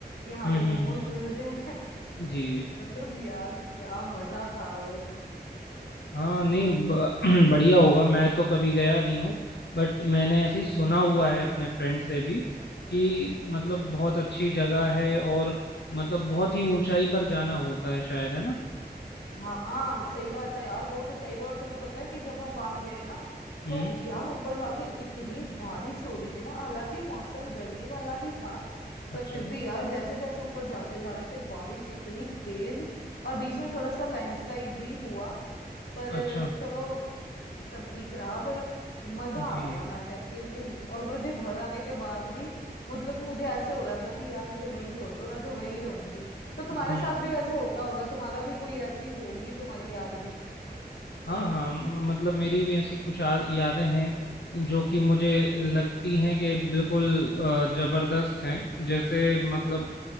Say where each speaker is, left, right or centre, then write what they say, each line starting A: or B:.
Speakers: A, on the left; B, on the left.
A: यहाँ
B: हम्म
A: पे
B: हम्म
A: मोमोज
B: हम्म,
A: मिल रहे हैं <laughs>
B: जी जी
A: मतलब यार क्या मजा था वो
B: हाँ नहीं ब- <clears throat> बढ़िया होगा मैं तो कभी गया नहीं हूँ बट मैंने ऐसे ही सुना हुआ है अपने फ्रेंड से भी कि मतलब बहुत अच्छी जगह है और मतलब बहुत ही ऊंचाई पर जाना होता है शायद है ना
A: हाँ सही बात है यार बहुत ऊंचाई पर और तुम्हें पता है कि जब हम वहां गए ना
B: हम्म
A: तो यार ऊपर जाके इतनी बारिश हो रही थी ना हालांकि मौसम गर्मी वाला ही था
B: अच्छा
A: पर फिर भी यार जैसे जैसे ऊपर जाते जा रहे थे बारिश इतनी तेज और बीच में थोड़ा सा लैंडस्लाइड भी हुआ पर
B: अच्छा
A: चलो सब ठीक रहा पर मजा
B: जी
A: आ गया मैं कहती हूँ कि और मुझे घर आने के बाद भी मतलब मुझे ऐसे हो रहा था कि यार मुझे वहीं छोड़ दो मैं तो वहीं रहूंगी तो तुम्हारे
B: हम्म
A: साथ भी वैसे होता होगा तुम्हारा भी कोई ऐसी होगी तुम्हारी याद भी
B: हाँ हाँ म- मतलब मेरी भी ऐसी कुछ आ- यादें हैं जो कि मुझे लगती हैं कि बिल्कुल अ, जबरदस्त हैं जैसे मतलब